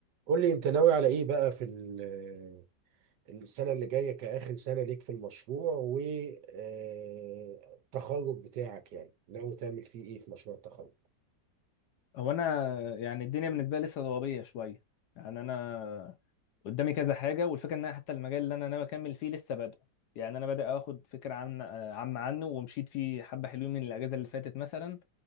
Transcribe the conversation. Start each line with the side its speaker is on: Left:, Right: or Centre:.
Right: قول لي انت ناوي على ايه بقى في ال- السنة اللي جاية كآخر سنة ليك في المشروع والتخرج بتاعك يعني ناوي تعمل فيه ايه في مشروع التخرج
Left: هو انا يعني الدنيا بالنسبه لي لسه ضبابيه شويه يعني انا قدامي كذا حاجه والفكره ان انا حتى المجال اللي انا ناوي اكمل فيه لسه بادئ يعني انا بادئ اخد فكره عامه عامه عنه ومشيت فيه حبه حلوين من الاجازه اللي فاتت مثلا